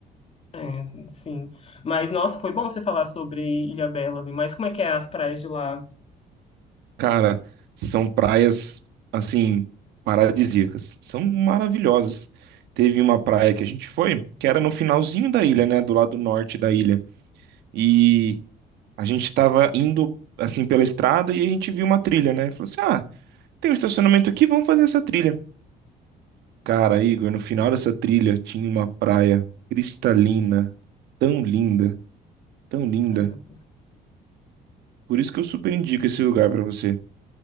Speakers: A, on the left; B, on the right.
A: É, sim. Mas, nossa, foi bom você falar sobre Ilhabela, viu? mas como é que é as praias de lá?
B: Cara, são praias, assim, paradisíacas. São maravilhosas. Teve uma praia que a gente foi, que era no finalzinho da ilha, né, do lado norte da ilha. E a gente tava indo, assim, pela estrada e a gente viu uma trilha, né? Falou assim, ah Tem um estacionamento aqui, vamos fazer essa trilha. Cara, Igor, no final dessa trilha tinha uma praia cristalina, tão linda, tão linda.
A: Caramba.
B: Por isso que eu super indico esse lugar pra você.